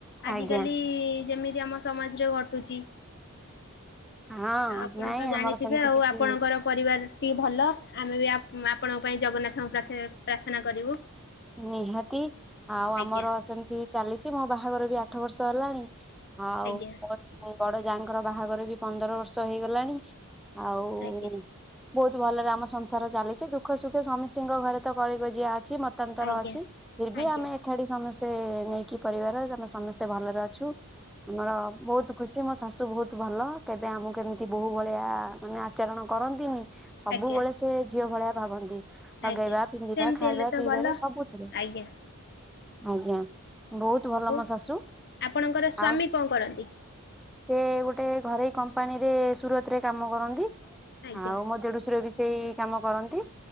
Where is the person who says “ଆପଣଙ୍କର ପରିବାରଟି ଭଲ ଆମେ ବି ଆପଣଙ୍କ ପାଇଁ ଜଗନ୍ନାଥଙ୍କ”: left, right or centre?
Left